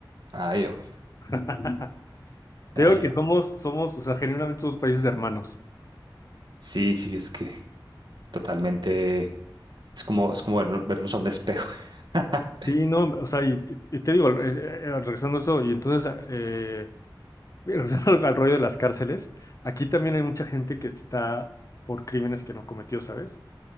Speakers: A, on the right (about 60°); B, on the left (about 40°).
A: Ay, hombre,
B: <laughs> Te
A: ay,
B: digo que
A: hombre.
B: somos, somos, o sea, genuinamente somos países de hermanos.
A: Sí, sí, es que totalmente, es como, es como ver- vernos a un espejo. <laughs>
B: Sí, no, o sea, y, y- y te digo, eh, eh, eh, regresando a eso, y entonces, eh, mira, <laughs> regresando al rollo de las cárceles, aquí también hay mucha gente que está por crímenes que no cometió, ¿sabes?